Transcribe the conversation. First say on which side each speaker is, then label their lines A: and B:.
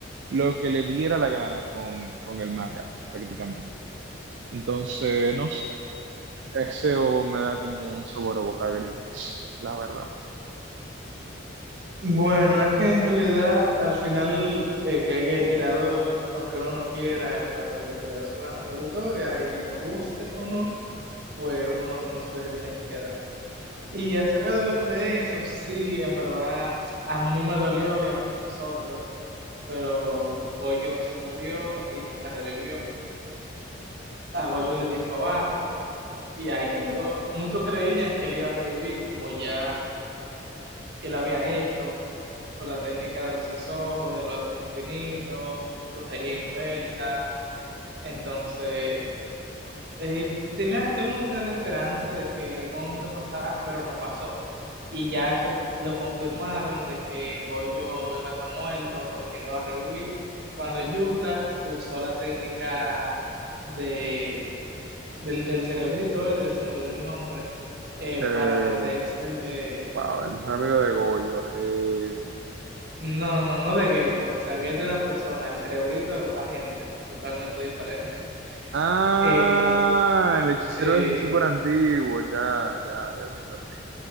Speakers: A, on the right; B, on the right.
A: lo que le diera la gana con, con el manga, prácticamente. Entonces, no sé, ese o me da como un sabor a boca agridulce, la verdad.
B: Bueno, es que en realidad al final eh, que el creador, aunque uno no quiera, él puede hacer lo que se le dé su gana con la historia y no guste o no, pues uno con eso que se tiene que quedar. Y acerca de, lo- de eso, sí, en verdad, a mí me dolió y a muchos otros, pero Goyo se murió y nunca revivió. A Goyo le dieron para abajo y ahí quedó. Muchos creían que él iba a revivir como ya él había hecho con la técnica de los seis ojos, de los ácidos infinitos, brujería inversa. Entonces, eh, tenía, todo el mundo tenía la esperanza de que en algún momento pasara, pero no pasó. Y ya eso lo confirmaron de que Goyo iba a estar muerto, que no iba a revivir, cuando Utah usó la técnica de, del, del cerebrito, de que se me olvidó el nombre, eh,
A: Eh,
B: para meterse...
A: wow, el mejor amigo de Goyo. eh,
B: No, no, no de gueto. O sea, gueto es una persona, el cerebrito es otra gente, totalmente diferente.
A: Ah,
B: Eh,
A: el hechicero
B: sí,
A: es súper antiguo, ya, ya, ya lo entendí.